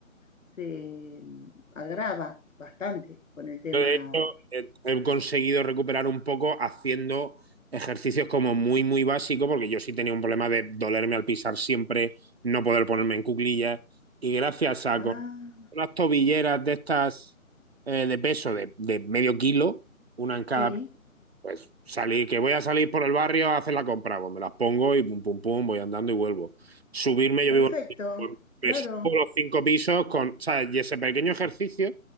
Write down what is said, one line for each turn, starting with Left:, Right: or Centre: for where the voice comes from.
Left: se mm, agrava bastante con el tema.
Right: yo de hecho he, he conseguido recuperar un poco haciendo ejercicios como muy, muy básicos, porque yo sí tenía un problema de dolerme al pisar siempre, no poder ponerme en cuclillas. Y gracias a
Left: Ah,
Right: con unas tobilleras de estas eh, de peso de, de medio kilo, una en cada
Left: sí,
Right: Pues salí, que voy a salir por el barrio a hacer la compra, pues me las pongo y pum, pum, pum, voy andando y vuelvo. Subirme,
Left: perfecto,
Right: yo vivo, en- un piso, pues,
Left: claro.
Right: me subo los cinco pisos con, o sea, y ese pequeño ejercicio